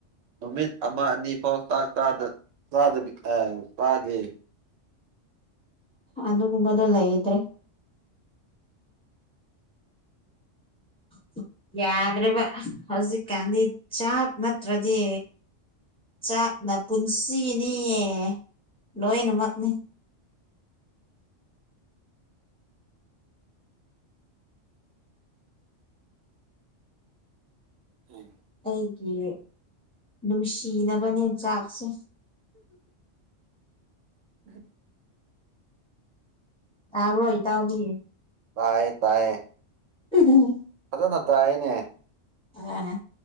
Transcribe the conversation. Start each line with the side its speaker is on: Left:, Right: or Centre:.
Right: ꯅꯨꯃꯤꯠ ꯑꯃ ꯑꯅꯤ ꯐꯥꯎ ꯆꯥꯛ ꯁꯥꯗ ꯁꯥꯗ ꯑ ꯁꯥꯖ
Centre: ꯑꯗꯨꯗ ꯃꯕꯗꯂꯏꯗ꯭ꯔꯦ <inaudible> ꯌꯥꯗ꯭ꯔꯕ ꯍꯧꯖꯤꯛꯀꯥꯟꯗꯤ ꯆꯥꯛ ꯅꯠꯇ꯭ꯔꯗꯤ ꯆꯥꯛꯅ ꯄꯨꯟꯁꯤꯅꯤꯌꯦ ꯂꯣꯏꯅꯃꯛꯅꯤ <inaudible>
Right: ꯎꯝ
Centre: ꯑꯩꯒꯤ ꯅꯨꯡꯁꯤꯅꯕꯅꯦ ꯆꯥꯛꯁꯦ
Right: ꯎꯝ
Centre: ꯇꯥꯕ ꯏ ꯇꯕꯤ
Right: ꯇꯌꯦ ꯇꯥꯏꯌꯦ
Centre: ꯎꯝꯝ
Right: ꯗ ꯅ ꯇꯥꯏꯅꯦ
Centre: ꯑ